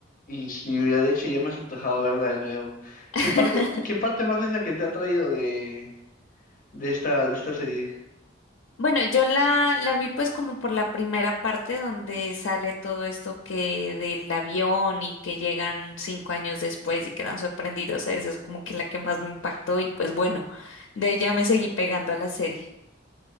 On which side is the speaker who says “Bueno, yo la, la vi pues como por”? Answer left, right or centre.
Left